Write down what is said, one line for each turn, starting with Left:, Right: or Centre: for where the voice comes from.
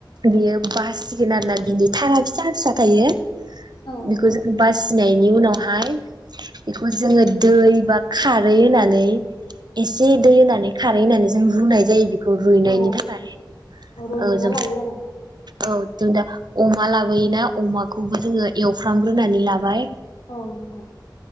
Right: बियो बासिगोन आरोना बिनि थारा फिसा फिसा थायो
Left: औ
Right: बेखौ
Left: नंगौ
Right: जा बासिनाय नि उनावहाय बेखौ जोङो
Left: औ
Right: दै बा खारोै होननानै इसि दै होनानै खारै होना नै जों रुनाय जायो बि रुइनायनि
Left: औ
Right: थाखाय
Left: रुइहोना
Right: औ जों
Left: लायो आरो
Right: औ जों दा अमा लाबोयोना अमाखौबो जोङो एवफ्रामग्रोनानै लाबाय
Left: औ नंगौ